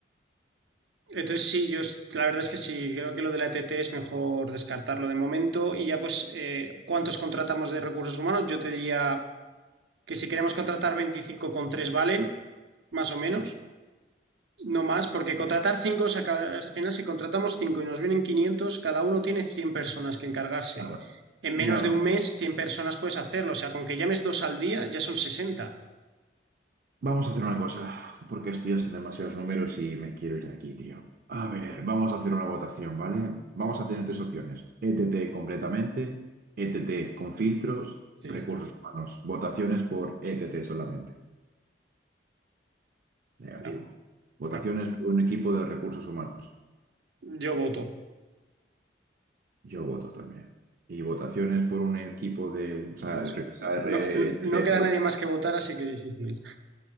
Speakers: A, on the right (about 85°); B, on the right (about 55°).
A: Entonces sí, yo es- la verdad es que sí, creo que lo de la ETT es mejor descartarlo de momento y ya pues, eh, ¿cuántos contratamos de recursos humanos? Yo te diría que si queremos contratar 25 con 3 valen, más o menos. No más, porque contratar cinco, o sea, cada- al final si contratamos cinco y nos vienen quinientos cada uno tiene 100 personas que encargarse.
B: Claro.
A: En
B: Mira,
A: menos de un mes, 100 personas puedes hacerlo. O sea, con que llames dos al día, ya son sesenta
B: Vamos a hacer una cosa, porque esto ya son demasiados números y me quiero ir de aquí, tío. A ver, vamos a hacer una votación, ¿vale? Vamos a tener tres opciones. ETT completamente, ETT con filtros,
A: Sí,
B: recursos humanos. Votaciones por ETT solamente. Negativo.
A: no,
B: Votaciones
A: no.
B: por un equipo de recursos humanos.
A: Yo voto.
B: Yo voto también. Y votaciones por un equipo de... O
A: Pues
B: sea, re- o sea, re-
A: no,
B: ETT,
A: no queda
B: pero...
A: nadie
B: con-
A: más que votar, así que difícil.